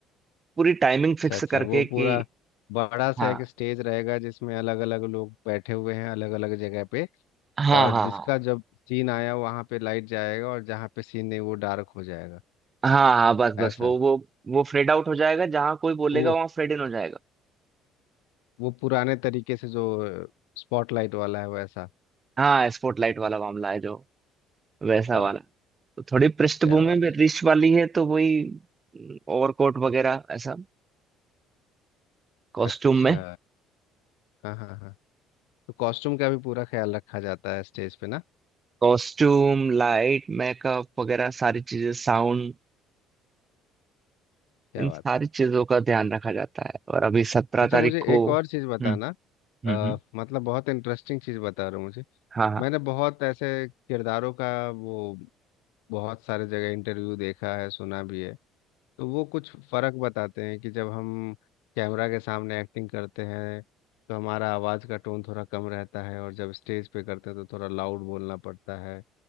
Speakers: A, on the right; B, on the left.
A: पूरी टाइमिंग
B: अच्छा
A: फिक्स
B: अच्छा
A: करके
B: वो
A: कि
B: पूरा बड़ा सा
A: हाँ
B: एक स्टेज रहेगा जिसमें अलग अलग लोग बैठे हुए हैं अलग अलग जगह पे
A: हाँ
B: और
A: हाँ
B: जिसका
A: हाँ
B: जब सीन आया वहां पे लाइट जाएगा और जहां पे सीन नहीं वो डार्क हो जाएगा
A: हाँ हाँ बस
B: ऐसा
A: बस वो वो वो फेड आउट हो जाएगा जहां कोई बोलेगा
B: वो
A: वहां फेड इन हो जाएगा
B: वो पुराने तरीके से जो स्पॉटलाइट वाला है वैसा
A: हाँ स्पॉटलाइट वाला मामला है जो वैसा
B: वाह
A: वाला तो थोड़ी पृष्ठभूमि
B: क्या बात
A: में रिच वाली है तो वही ओवरकोट वगैरह ऐसा कॉस्ट्यूम
B: अच्छा
A: में
B: हाँ हाँ हाँ तो कॉस्ट्यूम का भी पूरा ख्याल रखा जाता है स्टेज पे ना
A: कॉस्ट्यूम लाइट मेकअप वगैरह सारी चीजें साउंड
B: क्या
A: इन सारी
B: बात
A: चीजों का ध्यान रखा जाता है और अभी सत्रह
B: अच्छा
A: तारीख
B: मुझे
A: को
B: एक और
A: हम्म
B: चीज़ बताना
A: हम्म
B: अ,
A: हम्म।
B: मतलब बहुत इंटरेस्टिंग चीज़ बता रहे हो मुझे
A: हाँ हाँ
B: मैंने बहुत ऐसे किरदारों का वो बहुत सारे जगह इंटरव्यू देखा है सुना भी है तो वो कुछ फर्क बताते हैं कि जब हम कैमरा के सामने एक्टिंग करते हैं तो हमारा आवाज़ का टोन थोड़ा कम रहता है और जब स्टेज पे करते हैं तो थोड़ा लाउड बोलना पड़ता है